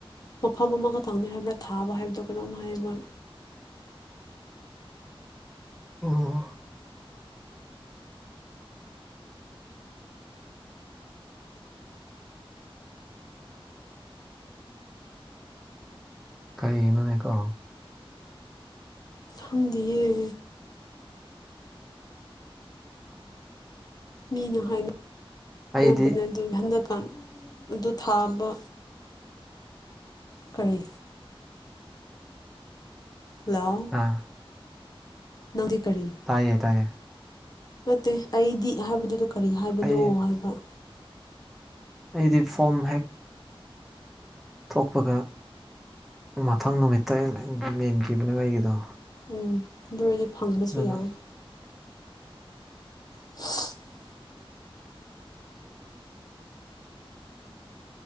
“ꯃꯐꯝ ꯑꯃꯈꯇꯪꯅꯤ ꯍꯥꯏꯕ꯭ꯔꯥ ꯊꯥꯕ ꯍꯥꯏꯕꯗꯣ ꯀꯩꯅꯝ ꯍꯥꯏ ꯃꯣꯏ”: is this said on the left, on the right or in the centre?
Left